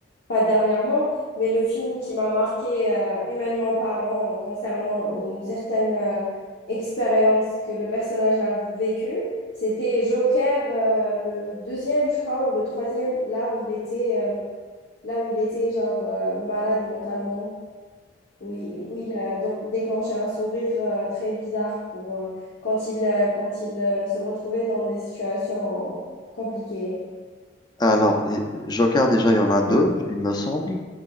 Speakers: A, on the left; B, on the left.
A: pas dernièrement, mais le film qui m'a marqué euh, humainement parlant concernant une certaine euh, expérience que le personnage a vécue, c'était Joker, euh, le deuxième, je crois, ou le troisième, là où il était, euh, là où il était genre euh, malade mentalement, où il, où il a donc déclenché un sourire euh, très bizarre pour euh, quand il, euh, quand il euh, se retrouvait dans des situations compliquées.
B: Alors, et- Joker, déjà, il y en a deux, il me semble.